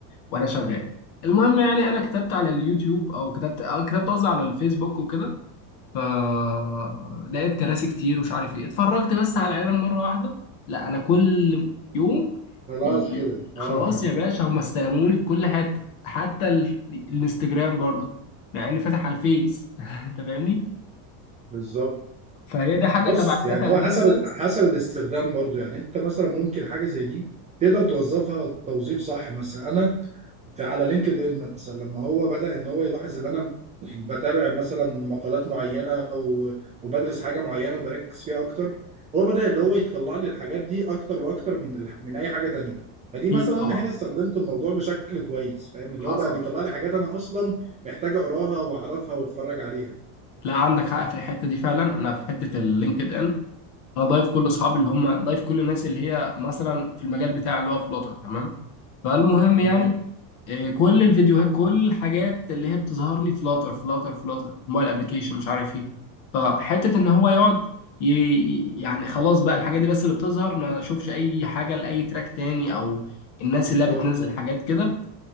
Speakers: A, on the left; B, on the right.
A: وانا شغال المهم يعني انا كتبت على اليوتيوب او كتبت أو كتبت قصدي على الفيسبوك وكده فلقيت كراسي كتير ومش عارف ايه اتفرجت بس على الاعلان مره واحده لا انا كل يوم
B: خلاص
A: ي-
B: كده آه
A: خلاص
B: <laughs>
A: يا باشا هم استلموني في كل حته حتى ال- الانستجرام برضو مع اني فاتح على الفيس <laughs> انت فاهمني
B: بالظبط
A: فهي دي حاجه
B: بص
A: تبع الداتا
B: يعني هو
A: اناليسيز
B: حسب حسب الاستخدام برضو يعني أنت مثلا ممكن حاجة زي دي تقدر توظفها توظيف صح مثلا فعلى لينكد ان مثلا لما هو بدأ ان هو يلاحظ ان انا <laughs> بتابع مثلا مقالات معينه و- وبدرس حاجه معينه وبركز فيها اكتر هو بدأ اللي هو يطلع لي الحاجات دي اكتر واكتر من الح- من اي حاجه تانية فدي
A: اكيد
B: مثلا
A: طبعا
B: انا هنا استخدمت الموضوع بشكل كويس فاهم اللي
A: حصل
B: هو بقى بيطلع
A: حصل
B: لي حاجات انا اصلا محتاج اقراها واعرفها واتفرج عليها
A: لا عندك حق في الحته دي فعلا انا في حته اللينكد ان انا ضايف كل اصحابي اللي هم ضايف كل الناس اللي هي مثلا في المجال بتاع اللي هو فلوتر تمام فالمهم يعني
B: تمام
A: إيه، كل الفيديوهات كل الحاجات اللي هي بتظهر لي فلاتر فلاتر فلاتر موبايل ابلكيشن مش عارف ايه فحته ان هو يقعد ي- ي- يعني خلاص بقى الحاجات دي بس اللي بتظهر ما اشوفش اي حاجه لاي تراك تاني او الناس
B: بالظبط
A: اللي هي بتنزل
B: آه،
A: حاجات كده